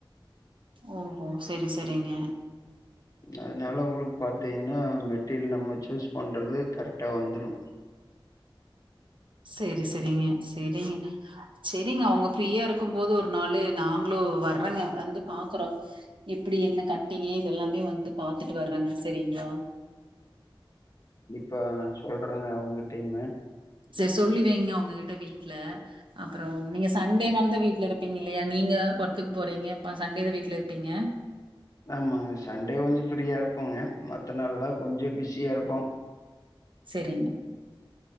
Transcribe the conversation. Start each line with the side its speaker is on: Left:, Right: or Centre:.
Right: ஓஹோ செரி செரிங்க
Left: அதனால உங்ளுக் பார்த்தீங்கன்னா மெட்டீரியல் நம்ம சூஸ் பண்றது கரெக்டா வந்துடு
Right: செரி செரிங்க செரிங்க செரிங்க அவுங்க ஃப்ரீயா இருக்கும்போது ஒரு நாளு நாங்களு வர்றங்க வந்து பாக்குறோ எப்டி என்ன கட்டிங் இதெல்லாமே வந்து பாத்துட்டு வர்றங்க செரிங்ளா
Left: இப்ப நா சொல்றேங்க அவுங்கிட்டேமே
Right: செரி சொல்லி வைங்க அவுங்ககிட்ட வீட்ல அப்புற நீங்க சண்டே நாள் தா வீட்ல இருப்பீங்க இல்லையா நீங்க ஒர்க்குக்கு போறீங்க சண்டே தா வீட்ல இருப்பீங்க
Left: ஆமாங்க சண்டே கொஞ்ச ஃப்ரீயா இருப்போங்க மத்த நாள்ல்லா கொஞ்சோ பிஸியா இருப்போ
Right: செரிங்க